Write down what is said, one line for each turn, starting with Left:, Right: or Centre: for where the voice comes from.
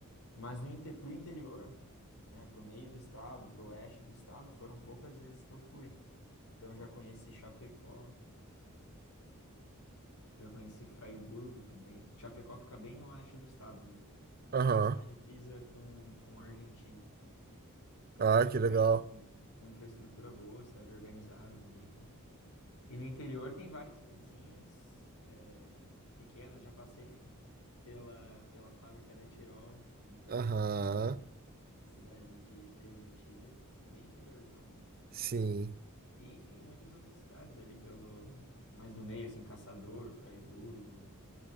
Left: Mas no inte, pro interior, né, pro meio do estado, pro oeste do estado, foram poucas vezes que eu fui. Então eu já conheci Chapecó, já conheci Fraiburgo também. Chapecó fica bem no oeste do estado, né?
Right: Aham.
Left: Quase na divisa com, com a Argentina. É
Right: Ah,
Left: uma cidade
Right: que
Left: grande,
Right: legal.
Left: com uma infraestrutura boa, cidade organizada, bonita. E no interior tem várias cidadezinhas eh, pequenas. Já passei <laughs> pela, pela fábrica da Tirol, no interior
Right: Aham,
Left: de Santa Catarina, na cidade de Treze Itilhas, bem interiorzão mesmo.
Right: sim,
Left: E, enfim, muitas outras cidades ali pelo... Mais no meio, assim, Caçador, Fraiburgo.